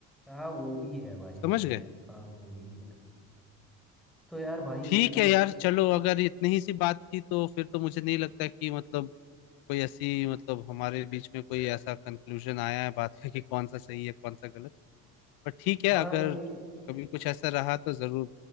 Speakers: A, in the centre; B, on the left.
A: हाँ वो भी है भाई वो
B: समझ
A: भी
B: गए
A: है हाँ वो भी है तो यार भाई यही
B: ठीक है
A: बस
B: यार चलो अगर इतनी ही सी बात थी तो फिर तो मुझे नहीं लगता कि मतलब कोई ऐसी मतलब हमारे बीच में कोई ऐसा कंक्लूजन आया है बात का कि कौन सा सही है कौन सा गलत पर ठीक है
A: हाँ
B: अगर
A: ये
B: कभी कुछ ऐसा रहा तो जरूर